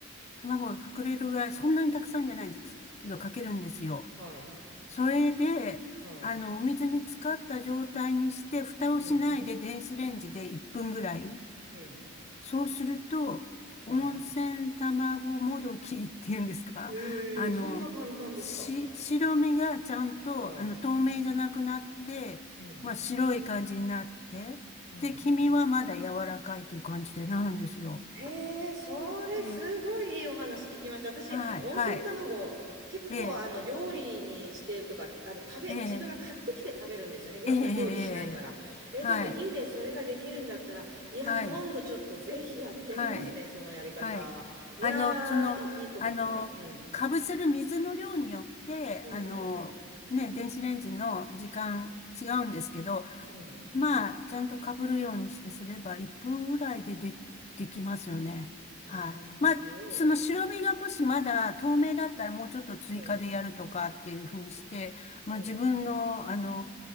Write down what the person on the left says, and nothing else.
卵が隠れるぐらい、そんなにたくさんじゃないですけど、かけるんですよ。
それで、
あの、お水に浸かった状態にして、蓋をしないで電子レンジで1分ぐらい。
そうすると、
温泉卵もどきっていうんですかあの、
し、白身がちゃんと、
あの、透明じゃなくなって、
まあ、白い感じになって、
で、黄身はまだ柔らかいという感じでなるんですよ。
ええ、
はい、
はい。
ええ、
ええ、
ええ、ええ、ええ
はい、
はい、
はい。
はい。
あの、その、
あの、
かぶせる水の量によって、
あの、ね、電子レンジの時間違うんですけど、
まあ、ちゃんとかぶるようにしてすれば、1分ぐらいでで、できますよね。
はい。まあ、
その白身がもしまだ透明だったら、もうちょっと追加でやるとかっていうふうにして、
まあ、自分の、あの、